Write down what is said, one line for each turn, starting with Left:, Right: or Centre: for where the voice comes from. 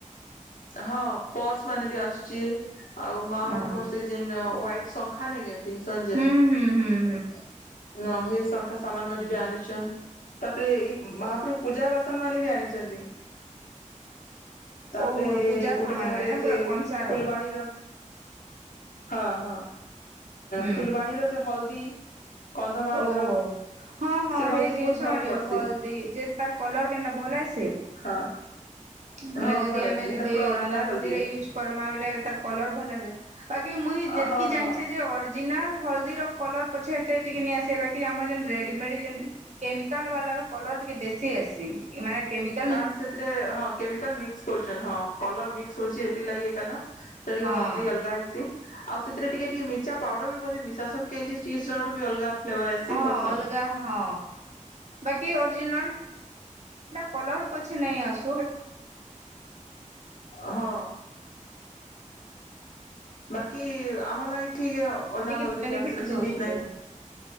Left: ହଁ ପର୍ସ ମାନେ ବି ଆସୁଛି ଆଉ ମା
Right: ହୁଁ
Left: ମାନଙ୍କର ସେଇ ଯେନ୍ ହ୍ୱାଇଟ୍ ଶଙ୍ଖା ନାଇକା ପିନ୍ଧୁ ସନ୍ ଯେନ୍
Right: ହୁଁ ହୁଁ ହୁଁ
Left: ନ ହେଇ ଶଙ୍ଖା ସମାନ୍ ମାନେ ବି ଆଣିଛନ୍ ତାପରେ ଏଇ ମହାପ୍ରୁ ପୂଜା ବାସନ ମାନେ ବି ଆଣିଛନ୍ତି।
Right: ଓହୋ
Left: ପରେ
Right: ପୂଜା
Left: ଗୋଟେ
Right: ସାମାନ
Left: ଜାଗାରେ
Right: ମାନେ ନା
Left: ସେ
Right: ପୁରା କଂସାର।
Left: ଫୁଲବାଣୀର ହଁ ହଁ
Right: ହୁଁ
Left: ଫୁଲବାଣୀର ସେ ହଳଦୀ। କନ୍ଧମାଳର
Right: ଓହୋ। ହଁ ହଁ
Left: ସେ ହଳଦୀ
Right: ହେଇ ଜିନିଷ
Left: ବହୁତ ଭଲ
Right: ମିଳିବ
Left: ପଡସି
Right: ହଳଦୀ ଯେ ତାର କଲର କେନ୍ତା ଭଲ ଆସି?
Left: ହଁ
Right: ବୋଲେ
Left: ହଁ
Right: ଯଦି
Left: ଭଲ
Right: ଆମେ
Left: ହେଇସି ସେଟା
Right: ଯଦି
Left: ପୁରା ଅରିଜିନାଲ
Right: ରନ୍ଧା ରୁନ୍ଧିରେ
Left: ହଳଦୀ
Right: ୟୁଜ କରମା ବଲେ ତାର କଲର ଭଲ ଆ ବାକି ମୁଇଁ ଯେତିକି
Left: ହଁ
Right: ଜାଣିଛେ
Left: ହଁ
Right: ଯେ ଅରିଜିନାଲ ହଳଦୀର କଲର ପଛେ ଏତେ ଟିକେ ନିଆସିବ ବାକି ଆମର ଯେ ରେଡ଼ିମେଡ଼ି ଯେନ୍ କେମିକାଲ୍ ବାଲା ର କଲର୍ ଟିକେ ବେଶୀ ଆସି। ଏ ମାନେ କେମିକା
Left: କାରଣ ସେଥିରେ ହଁ କେମିକାଲ୍ ମିକ୍ସ କରୁଛନ୍ ହଁ। କଲର୍ ମିକ୍ସ ହଉଛି ଏତି ଲାଗି ଏକା ନ ସେ ଟିକେ
Right: ହଁ
Left: ହଲଦୀ ଅଲଗା ହେଇସି ଆଉ ସେଥିରେ ଟିକେ ଟିକେ ମି ଚା ପାଉଡର ବି ବୋଧେ ମିଶାସନ କେଜି ଯେ ଚିଜ୍ <unintelligible> ଅଲଗା। ଫ୍ଲେଭର ଆସି
Right: ହଁ
Left: କରସନ୍
Right: ଅଲ୍ ଲଗା ହଁ ବାକି ଅରିଜିନାଲଟା କଲର ପଛେ ନାଇ ଆସୁ
Left: ହଁ ବାକି ଆମ ଲାଗି ଠିକେ ହ ଅରିଜିନାଲ
Right: ବାକି
Left: ହଳଦିଟା
Right: ବେନିଫିଟ
Left: ସେଠି କିଛି
Right: ଦଉଥିବ
Left: ମିକ୍ସ ନାଇଁ